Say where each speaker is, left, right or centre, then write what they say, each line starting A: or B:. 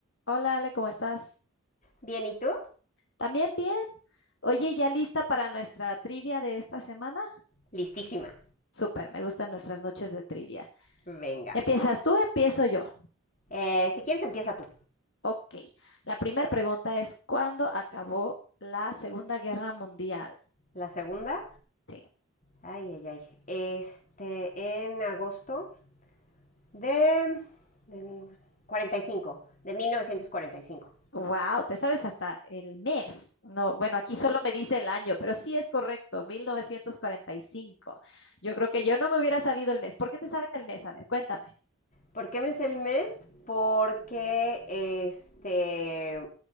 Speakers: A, on the left; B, on the left.
A: Hola Ale, ¿cómo estás?
B: Bien, ¿y tú?
A: También bien. Oye, ¿ya lista para nuestra trivia de esta semana?
B: Listísima.
A: Súper, me gustan nuestras noches de trivia.
B: Venga.
A: ¿Empiezas tú? Empiezo yo.
B: Eh, si quieres, empieza tú.
A: Ok. La primera pregunta es, ¿cuándo acabó la Segunda Guerra Mundial?
B: La segunda.
A: Sí.
B: Ay, ay, ay. Este, en agosto de, de 45, de 1945.
A: Wow, te sabes hasta el mes. No, bueno, aquí solo me dice el año, pero sí es correcto, 1945. Yo creo que yo no me hubiera sabido el mes. ¿Por qué te sabes el mes? A ver, cuéntame.
B: ¿Por qué me es el mes? Porque este